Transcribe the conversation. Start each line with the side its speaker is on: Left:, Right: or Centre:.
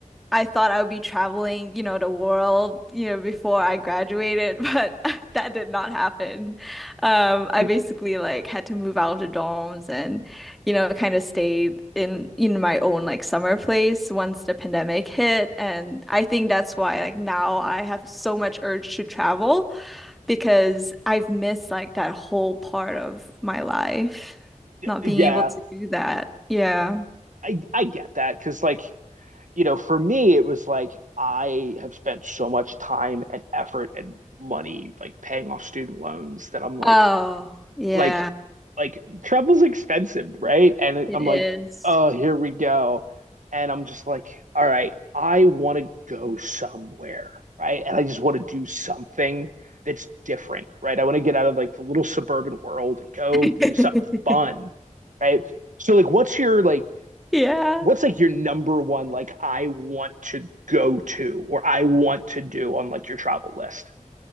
Centre: I thought I would be traveling, you know, the world, you know, before I graduated, but <laughs> that did not happen. Um, I
Right: Y-
Centre: basically like had to move out of the dorms and, you know, kind of stayed in in my own like summer place once the pandemic hit. And I think that's why like now I have so much urge to travel because I've missed like that whole part of my life, not
Right: Yeah,
Centre: being able to do that. Yeah.
Right: I I get that because like you know, for me it was like I have spent so much time and effort and money like paying off student loans that I'm like
Centre: Oh, yeah,
Right: like like travel's expensive, right? And it,
Centre: it
Right: I'm
Centre: is.
Right: like, oh, here we go. And I'm just like, all right, I want to go somewhere, right? And I just want to do something that's different, right? I want to get out of like the little suburban world and go
Centre: <laughs>
Right: do something fun, right? So like, what's your like,
Centre: Yeah.
Right: what's like your number one like I want to go to or I want to do on like your travel list?